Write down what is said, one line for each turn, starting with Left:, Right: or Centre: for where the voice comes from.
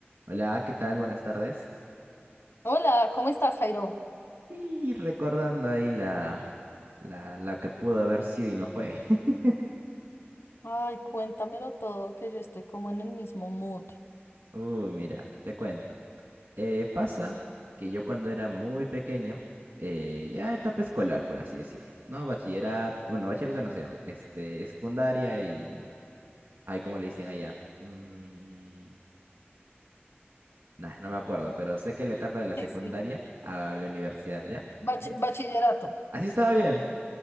Right: Hola, ¿qué tal? Buenas tardes.
Left: Hola, ¿cómo estás, Jairo?
Right: Y recordando ahí la, la, la que pudo haber sido y no fue. <laughs>
Left: Ay, cuéntamelo todo, que yo estoy como en el mismo mood.
Right: Uy, mira, te cuento. Eh, pasa que yo cuando era muy pequeño, eh, ya etapa escolar, por así decirlo, ¿no? Bachillerato, bueno, bachillerato no se llama, este, secundaria y... Ay, ¿cómo le dicen allá? Mm, nah, no me acuerdo, pero sé que la etapa de la secundaria
Left: Sí, sí.
Right: a la universidad, ¿ya?
Left: Bachi-
Right: Eh,
Left: bachillerato,
Right: así estaba bien.